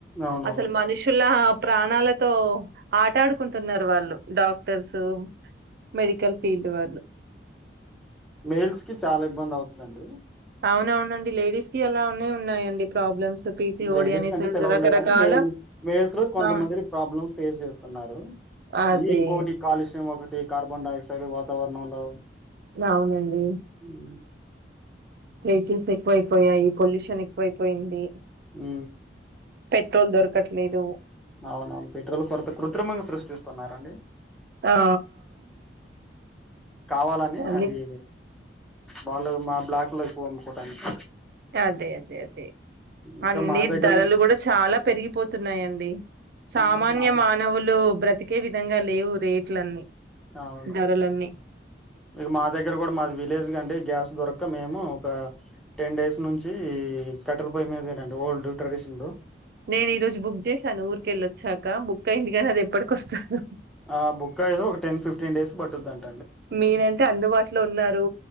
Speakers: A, in the centre; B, on the right.
A: అవునవును
B: అసలు మనుషుల ప్రాణాలతో ఆట ఆడుకుంటున్నారు వాళ్ళు డాక్టర్స్ మెడికల్ ఫీల్డ్ వాళ్ళు.
A: మెల్స్కి చాల ఇబ్బంది అవుతుందండి
B: అవునవునండి లేడీస్ కి అలా ఉన్నాయండి ప్రాబ్లమ్స్. పీసీఓడి
A: లేడీస్
B: అనేసేసి
A: కంటే తెలివదులేగానీ
B: రకరకాల
A: మేల్ మేల్స్ లో కొంతమంది
B: ఆ!
A: ప్రాబ్లమ్స్ ఫేస్ చేస్తున్నారు
B: అదే.
A: ఈ ఇంకొకటి కాలుష్యం ఒకటి కార్బన్ డైయాక్సైడ్ వాతావరణంలో
B: అవునండి
A: ఉమ్
B: వెహికల్స్ ఎక్కువయిపోయాయి పొల్యూషన్ ఎక్కువ అయిపోయింది
A: అ
B: పెట్రోల్ దొరకట్లేదు
A: అవునవును పెట్రోల్ కొరత కృత్రిమంగా సృష్టిస్తున్నారంండి
B: ఆ!
A: కావాలని
B: అన్ని
A: అది వాళ్ళు మా బ్లాక్ లో ఎక్కువ వమ్ముకోవటానికి
B: అదే అదే అదే
A: ఇంకా
B: అన్ని
A: మా దగ్గర
B: ధరలు
A: గు-
B: కూడా చాలా పెరిగిపోతున్నాయంండి సామాన్య
A: ఉమ్, మాది
B: మానవులు బ్రతికే విధంగా లేవు రేట్లన్నీ
A: అవును
B: ధరలన్నీ
A: మీ మా దగ్గర కూడా మాది విలేజ్గా అండి గ్యాస్ దొరక మేము ఒక టెన్ డేస్ నుంచి కట్టెల పయ మీదేనండి ఓల్డ్ ట్రెడిషన్లు
B: నేను ఈ రోజు బుక్ చేసాను ఊరికెళ్ళొచ్చాక బుక్ అయింది కానీ అది ఎప్పటికొస్తారు
A: ఆ బుక్ అయది ఒక టెన్ ఫిఫ్టీన్ డేస్ బట్ రాని
B: మీరంటే అందుబాటులో ఉన్నారు